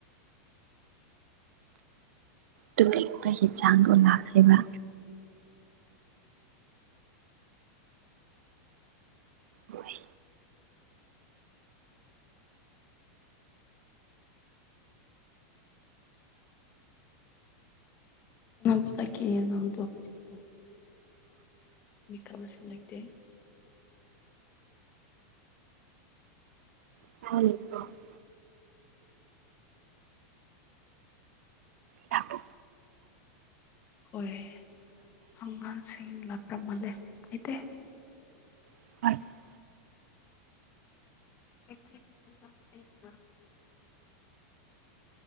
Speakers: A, on the right (about 70°); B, on the left (about 25°).
A: ꯇꯨꯝꯅꯤꯡꯕꯒꯤ ꯆꯥꯡꯗꯣ ꯂꯥꯛꯈ꯭ꯔꯕ ꯍꯣꯏ
B: <unintelligible> ꯅꯪꯗꫭ <unintelligible>
A: <unintelligible> ꯂꯩꯕꯔꫭ ꯆꯥꯛꯄꯨ
B: ꯍꯣꯏꯌꯦ ꯑꯉꯥꯡꯁꯤꯡ ꯂꯥꯞꯄ꯭ꯔꯃꯜꯂꯦ ꯀꯩꯇꯦ
A: ꯑꯣꯏꯅꯤꯡꯈ꯭ꯔꯦꯕ
B: <unintelligible>